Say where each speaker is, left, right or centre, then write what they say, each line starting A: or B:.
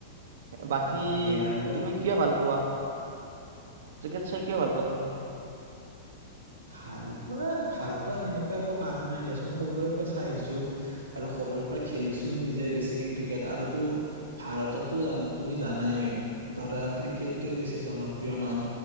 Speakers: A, on the right (about 60°); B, on the right (about 90°).
A: বাকী
B: তাকে আৰু
A: তুমি কিয় ভাল কোৱা ক্ৰিকেট চাই কিয় ভাল পাওঁ তুমি
B: ভাল পোৱা ভাল পোৱা সেনেকুৱা একো কাৰণ নাই দিয়াচোন সৰুৰে পৰা চাই আহিছো আৰু সৰুৰে পৰা খেলিছো নিজে বেছিকে ক্ৰিকেট আৰু ভাৰততো তুমি জানাই ধৰা ক্ৰিকেটে বেছি জনপ্ৰিয় ন